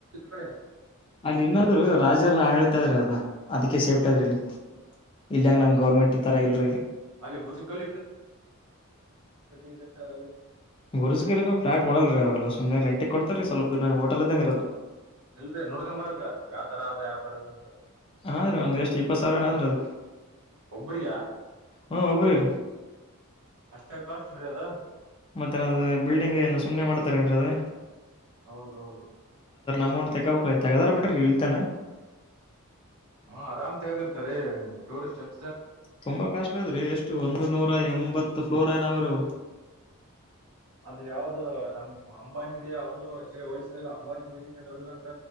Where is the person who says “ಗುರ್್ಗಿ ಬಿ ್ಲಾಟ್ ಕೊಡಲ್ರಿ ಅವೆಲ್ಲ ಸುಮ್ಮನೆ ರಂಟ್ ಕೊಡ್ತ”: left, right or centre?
Left